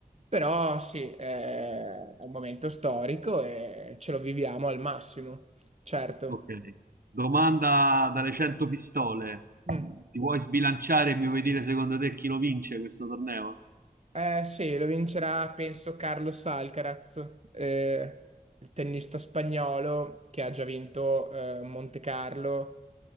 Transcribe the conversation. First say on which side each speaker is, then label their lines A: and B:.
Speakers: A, on the right; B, on the right.
A: Però sì, eh, è un momento storico e ce lo viviamo al massimo, certo.
B: Ok. Domanda dalle 100 pistole.
A: Mm.
B: Ti vuoi sbilanciare e mi vuoi dire secondo te chi lo vince questo torneo?
A: Eh sì, lo vincerà penso Carlos Alcaraz, eh, il tennista spagnolo che ha già vinto eh, Monte Carlo